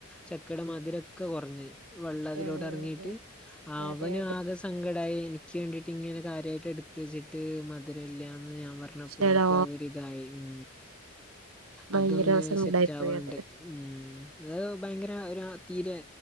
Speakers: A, in the centre; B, on the right.
A: ചക്കയുടെ മധുരൊക്കെ കുറഞ്ഞ് വെള്ളതിലോടെ
B: ആഹ്
A: ഇറങ്ങിയിട്ട്
B: അതെ
A: അവനും
B: അതെ അതെ
A: ആകെ സങ്കടയി എനിക്ക് വേണ്ടിട്ട് ഇങ്ങനെ കാര്യയിട്ട് എടുത്ത് വെച്ചിട്ട് മധുര ഇല്ല എന്ന് ഞ അപ്പൊ
B: ശെടാ
A: ഓനിക്ക് ഭയങ്കര ഇതായി ഉം
B: ഭയങ്കര
A: അതുങ്ങനെ
B: സങ്കടായി
A: സെറ്റ് ആവാണ്ട്
B: പോയി അത്
A: ഉം അത് ഭയങ്കര ഒരു തീരെ